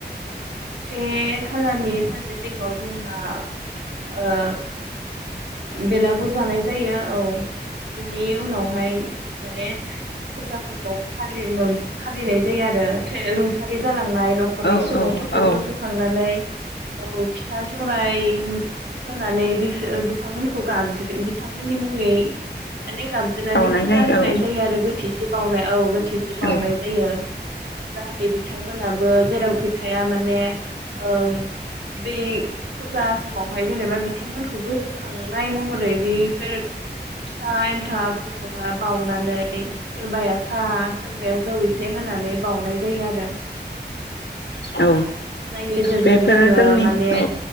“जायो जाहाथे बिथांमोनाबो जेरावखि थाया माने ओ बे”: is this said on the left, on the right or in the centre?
Right